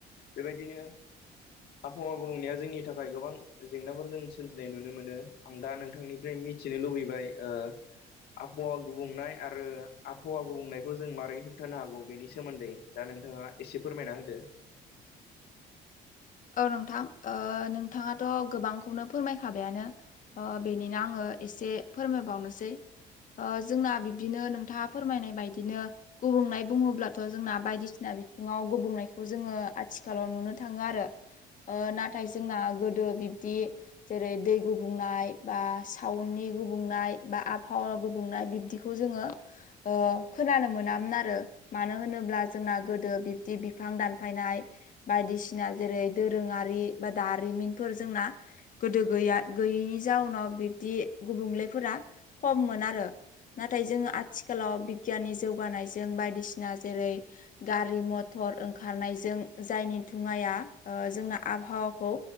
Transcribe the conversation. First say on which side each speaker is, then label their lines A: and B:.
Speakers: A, on the left; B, on the left.
A: बेबायदिनो आबहावा गुबुंनाया जोंनि नि थाखाय गोबां जेंनाफोर जों सोमजिनाय नुनो मोनो आं दा नोंथांनिफ्राय मिथिनो लुबैबाय ओ आबहावा गुबुंनाय आरो आबहावा गुबुंनायखौ जों मारै होबथानो हागौ बेनि सोमोन्दै दा नोंथाङा एसे फोरमायना होदो
B: औ नोंथां ओ नोंथाङाथ' गोबांखौनो फोरमायखाबायानो ओ बेनिनो आङो एसे फोरमायबावनोसै ओ जोंना बिब्दिनो नोंथाङा फोरमायनाय बायदिनो गुबुंनाय बुङोब्लाथ' जोंना बायदिसिना बिथिङाव गुबुंनायखौ जोङो आथिखालाव नुनो थाङो आरो ओ नाथाय जोंना गोदो बिब्दि जेरै दै गुबुंनाय बा सावुननि गुबुंनाय बा आबहावा गुबुंनाय बिब्दिखौ खौ जोङो ओ खोनानो मोनामोन आरो मानो होनोब्ला जोंना गोदो बिब्दि बिफां दानफायनाय बायदिसिना जेरै दोरोङारि बा दारिमिनफोर जोंना गोदो गैया गैयैनि जाउनाव बिब्दि गुबुंलेफोरा खममोन आरो नाथाय जोङो आथिखालाव बिगियाननि जौगानायजों बायदिसिना जेरै गारि मथर ओंखारनायजों जायनि दुङाया ओ जोंना आबहावाखौ